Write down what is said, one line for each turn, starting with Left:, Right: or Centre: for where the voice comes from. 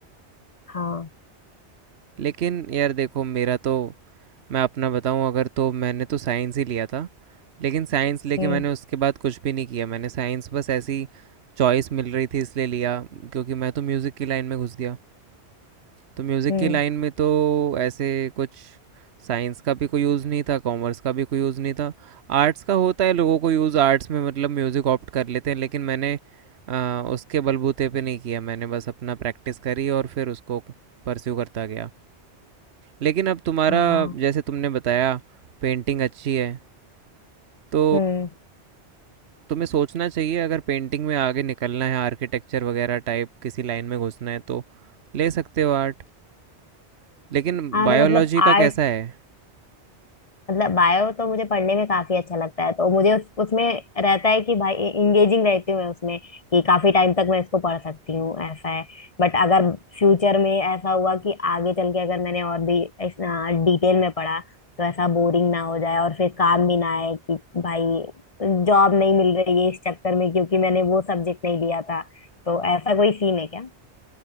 Left: हाँ
Right: लेकिन यार देखो मेरा तो मैं अपना बताऊं अगर तो मैंने तो साइंस ही लिया था लेकिन साइंस लेके
Left: हम्म
Right: मैंने उसके बाद कुछ भी नहीं किया मैंने साइंस बस ऐसी चॉइस मिल रही थी इसलिए लिया क्योंकि मैं तो म्यूज़िक की लाइन में घुस गया तो म्यूज़िक
Left: हम्म
Right: की लाइन में तो ऐसे कुछ साइंस का भी कोई यूज़ नहीं था कॉमर्स का भी कोई यूज़ नहीं था आर्ट्स का होता है लोगों को यूज़ आर्ट्स में मतलब म्यूज़िक ऑप्ट कर लेते हैं लेकिन मैंने आ, उसके बलबूते पे नहीं किया मैंने बस अपना प्रैक्टिस करी और फिर उसको परस्यू करता गया लेकिन अब तुम्हारा
Left: हाँ
Right: जैसे तुमने बताया पेंटिंग अच्छी है तो
Left: हम्म
Right: तुम्हें सोचना चाहिए अगर पेंटिंग में आगे निकलना है आर्किटेक्चर वगैरह टाइप किसी लाइन में घुसना है तो ले सकते हो आर्ट लेकिन
Left: हाँ
Right: बायोलॉजी
Left: तो मतलब
Right: का
Left: आर्ट
Right: कैसा है
Left: मतलब बायो तो मुझे पढ़ने में काफी अच्छा लगता है तो मुझे उस, उसमें रहता है कि भाई इंगेजिंग रहती हूँ मैं उसमें कि काफी टाइम तक मैं इसको पढ़ सकती हूँ ऐसा है बट अगर फ्यूचर में ऐसा हुआ कि आगे चल के अगर मैंने और भी इस डिटेल में पढ़ा तो ऐसा बोरिंग ना हो जाए और फिर काम भी ना आए कि भाई जॉब नहीं मिल रही है इस चक्कर में क्योंकि मैंने वो सब्जेक्ट नहीं लिया था तो ऐसा कोई सीन है क्या